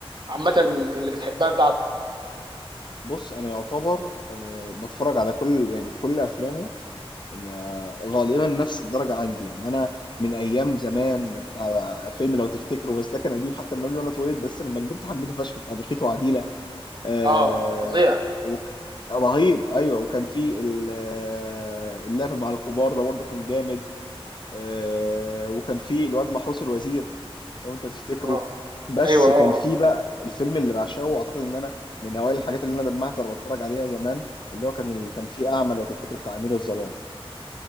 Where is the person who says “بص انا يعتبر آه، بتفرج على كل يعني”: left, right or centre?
Left